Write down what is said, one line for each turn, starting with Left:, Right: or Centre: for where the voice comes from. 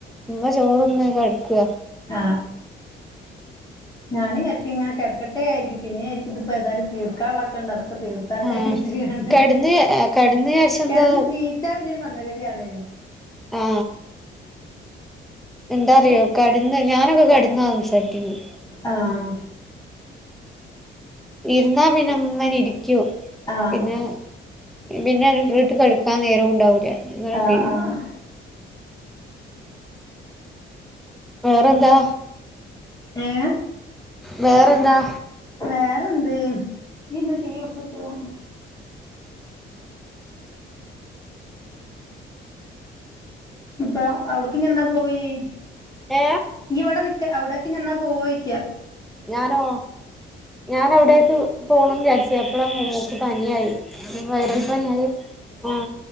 Centre: മമ്മ ചോറൊന്ന്െ കടുക്കുക
Left: ആ ഞാനുംരിക്കും ഇങ്ങന കിടക്കട്ടൊയിരിക്കും പിന്നെ ആരിക്ക ഇതിപ്പോ ഏതായും തീർക്കാള്ളൊക്കെണ്ട് അതൊക്ക തീർക്ക
Centre: ആഹ്
Left: തട്ടഞ്ച കണ്ട്
Centre: കെടന്ന് കെടന്ന് വിചാരിച്ച എന്താ
Left: കിടന്ന് നീച്ചാ പിന്നെരു മന്ദഗതിയാണല്ലോ
Centre: ആ എന്താ
Left: എന്നൊക്കെ
Centre: അറിയോ കടന്ന് ഞാനൊക്കെ കടന്നാ സംസാരിക്കുന്നത്
Left: ആഹ
Centre: ഇരുന്നാ പിന്നങ്ങൻ ഇരിക്കൂ
Left: ആഹ്
Centre: പിന്നെ പിന്നെ അ ഒരു ഫ്രീട്ട് കടക്കാൻ നേരവും ഉണ്ടാവില്ല ഇങ്ങനൊക്കെ
Left: ആഹ് ആഹ്
Centre: വേറെന്താ
Left: എഏഴ
Centre: വേറെ എന്താ
Left: വേറെ എന്ത് ടിവി പോട്ടത ഇപ്പ അവിടക്ക ഞ്ഞിന്നാ പോയി
Centre: ഏ
Left: ഇവിടെ നിിക്ക അവിടൊക്കെ ന്നാ പോവക്ക
Centre: ഞാനോ ഞാൻ അവിടേക്ക് പോണംന്ന് വിചാരിച്ച അപ്പളാ മോക്ക് പനിയായി വൈറൽ പണിയത് ആഹ